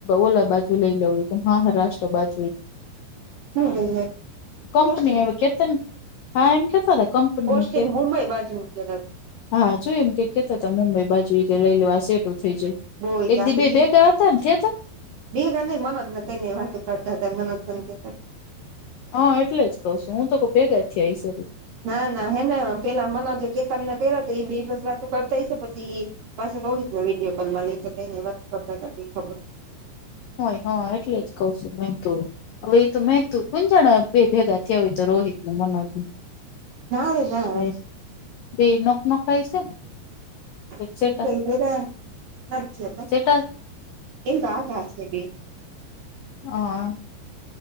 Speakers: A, on the left (about 85°); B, on the right (about 65°).
A: ઓલા બાજુ લઈ લેડય મહારાષ્ટ્ર બાજુ
B: હું લઈ લે
A: કંપની
B: પોસ્ટિંગ
A: કે હા એમ કહેતા હતા કંપની
B: પોસ્ટિંગ
A: કે
B: મુુંબઈ બાજુ કહેતા હતા.
A: હા જોય એમ કે કેતા હતા મુંબઈ બાજુ કે લઈ લેવા સેટું થઈ જાય.
B: બહુ
A: એક
B: આખી
A: દી બે ગયા હતા ને કયા હતા.
B: <unintelligible> નઈ મન જ ને થઈને વાત કરતા. <unintelligible>
A: હ એટલે જ કઉ છું હું તો ભેગા થથી આઈ સ.
B: ના ના હે ને પેલા મનો જે કે તનને કર્યો એ બે બસ વાતો કરતા હ છે પછી પાસે તો વિડીયો કોલમાં લઈને વાત કરતા હતા ખબર.
A: હોય હા એટલે જ કઉ છું મેં તો હવે એ તો મેં. તું કોણ જાણા બે ભેગા થથીયા તો રોહિત ને મનોજ
B: ના રે ના
A: બે બે નોખ ન ખાય છે
B: <unintelligible>
A: સેટા સેટા હા.